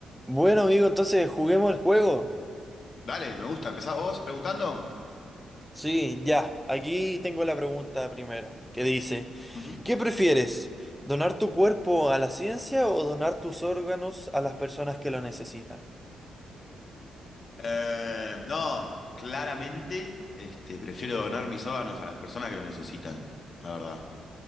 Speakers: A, in the centre; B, on the left.
A: Bueno, amigo, entonces juguemos el juego.
B: Dale, me gusta. ¿Empezás vos preguntando?
A: Sí, ya. Aquí tengo la pregunta primera, que dice,
B: Ujú.
A: ¿qué prefieres? ¿Donar tu cuerpo a la ciencia o donar tus órganos a las personas que lo necesitan?
B: Eh, no, claramente, este, prefiero donar mis órganos a las personas que lo necesitan, la verdad.